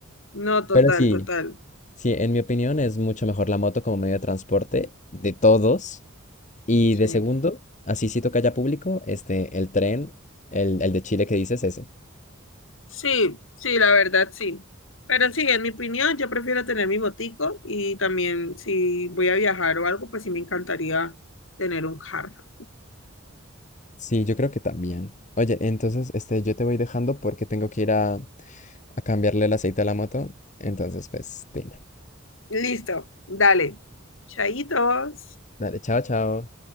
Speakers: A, on the left; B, on the left.
A: No, total,
B: Pero sí,
A: total.
B: sí, en mi opinión es mucho mejor la moto como medio de transporte de todos. Y
A: Sí.
B: de segundo, así si toca ya público, este, el tren, el, el de Chile que dices, ese.
A: Sí, sí, la verdad, sí. Pero sí, en mi opinión, yo prefiero tener mi motico y también si voy a viajar o algo, pues sí me encantaría tener un carro.
B: Sí, yo creo que también. Oye, entonces, este, yo te voy dejando porque tengo que ir a, a cambiarle el aceite a la moto. Entonces, pues, venga.
A: Listo, dale. Chaitos.
B: Dale, chao, chao.